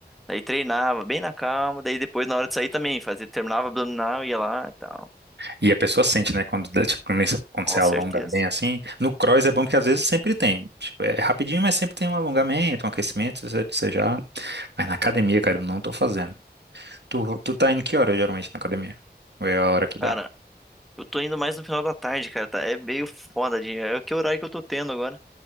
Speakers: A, in the centre; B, on the right.
A: Daí treinava bem na calma. Daí depois, na hora de sair também, fazia, terminava abdominal, ia lá e tal.
B: E a pessoa sente, né? Quando, dá, tipo, quando você quando
A: Com
B: você alonga
A: certeza.
B: bem assim. No cross é bom porque às vezes sempre tem. Tipo, é rapidinho, mas sempre tem um alongamento, um aquecimento, você, você já. Mas na academia, cara, eu não tô fazendo. Tu, tu tá indo que hora geralmente na academia? Ou é a hora que
A: Cara,
B: dá?
A: eu tô indo mais no final da tarde, cara, tá? É meio foda, de... é o que horário que eu tô tendo agora.